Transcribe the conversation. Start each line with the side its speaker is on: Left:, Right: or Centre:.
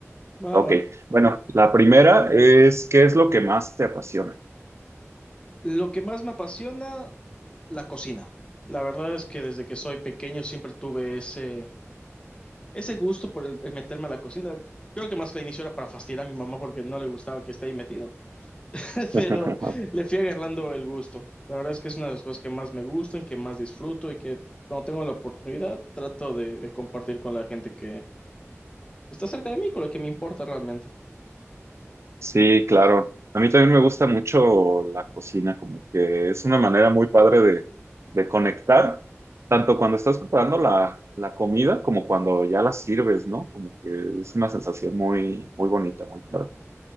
Left: va,
Right: Ok,
Left: va.
Right: bueno, la primera es, ¿qué es lo que más te apasiona?
Left: Lo que más me apasiona, la cocina. La verdad es que desde que soy pequeño siempre tuve ese, ese gusto por el, el meterme a la cocina. Creo que más que al inicio era para fastidiar a mi mamá porque no le gustaba que esté ahí metido, <laughs>
Right: <laughs>
Left: pero le fui agarrando el gusto. La verdad es que es una de las cosas que más me gustan, que más disfruto y que cuando tengo la oportunidad trato de, de compartir con la gente que está cerca de mí, con la que me importa realmente.
Right: Sí, claro. A mí también me gusta mucho la cocina, como que es una manera muy padre de, de conectar, tanto cuando estás preparando la, la comida como cuando ya la sirves, ¿no? Como que es una sensación muy, muy bonita, muy padre.